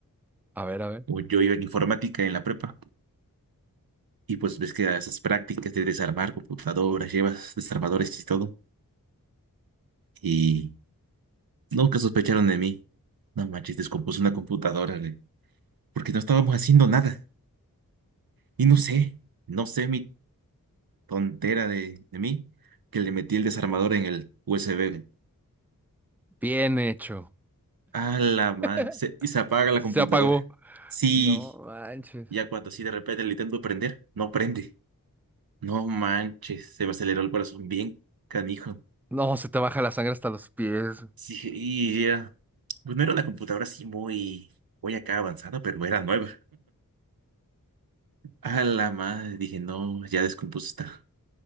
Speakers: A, in the centre; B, on the right.
A: A ver, a ver.
B: Pues Yo iba en informática en la prepa y pues ves que esas prácticas de desarmar computadoras, llevas desarmadores y todo. Y nunca sospecharon de mí. No manches, descompuse una computadora, güey, porque no estábamos haciendo nada. Y no sé, no sé, mi tontera de, de mí que le metí el desarmador en el USB. güey.
A: Bien hecho.
B: A la madre.
A: <laughs>
B: Se- y se apaga la
A: Se
B: computadora.
A: apagó.
B: Sí,
A: No manches.
B: ya cuando sí de repente le intento prender, no prende. No manches, se me aceleró el corazón bien canijo.
A: No, se te baja la sangre hasta los pies.
B: Sí, dije, y ya. Pues no era una computadora así muy, muy acá avanzada, pero era nueva. A la madre, dije, no, ya descompuso esta,